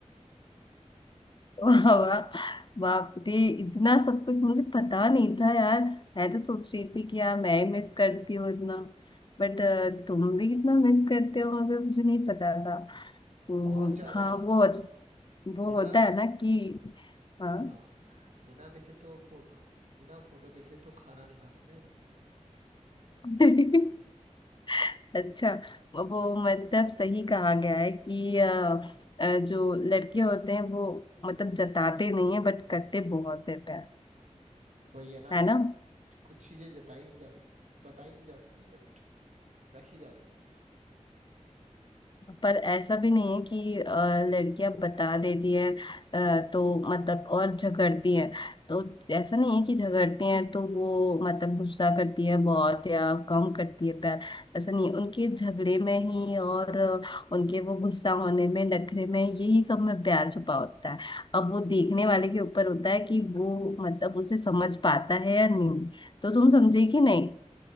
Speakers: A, on the left (about 40°); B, on the right (about 70°).
A: वाह वाह, बाप रे इतना सब कुछ मुझे पता नहीं था यार मैं तो सोच रही थी कि यार मैं ही मिस करती हूँ इतना बट तुम भी कितना मिस करते हो मुझे मुझे नहीं पता था हम्म,
B: बहुत ज्यादा
A: हाँ वो वो
B: बिना
A: होता है ना कि हाँ
B: हाँ बिना देखे तो फोटो बिना फोटो देखे तो खाना नहीं खाता मैं
A: <laughs> अच्छा वो मतलब सही कहा गया है कि अ, अ, जो लड़के होते हैं वो मतलब जताते नहीं है बट करते बहुत है प्यार
B: वही है ना
A: है ना
B: कुछ चीजें जताई नहीं जा सक बताई नहीं जा सकती बट रखी जा सकती है
A: पर ऐसा भी नहीं है कि अ, लड़कियां बता देती है अ, तो मतलब और झगड़ती है तो ऐसा नहीं है कि झगड़ती हैं तो वो मतलब गुस्सा करती है बहुत या कम करती है प्यार ऐसा नहीं है। उनके झगड़े में ही और अ, उनके वो गुस्सा होने में नखरे में यही सब में प्यार छुपा होता है अब वो देखने वाले के ऊपर होता है कि वो मतलब उसे समझ पाता है या नहीं तो तुम समझे कि नहीं